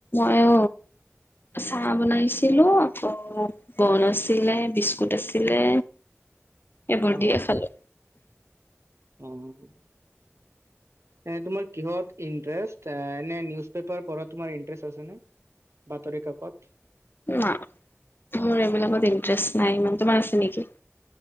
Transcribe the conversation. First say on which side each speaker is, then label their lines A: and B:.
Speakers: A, on the left; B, on the right.
A: আইয় চাহ বনাইছিলো আকৌ বন আছিলে, বিস্কুট আছিলে। এইবোৰ
B: অ
A: দিয়ে খালো।
B: অ'। এনে তোমাৰ কিহত ইণ্টাৰেষ্ট এ নে নিউজ পেপাৰ পঢ়াত ইন্ত্ৰেষ্ট আছে নে? বাতৰি কাকত।
A: না মোৰ এইবিলাকত ইণ্টাৰেষ্ট নাই ইমান তোমাৰ আছে নেকি?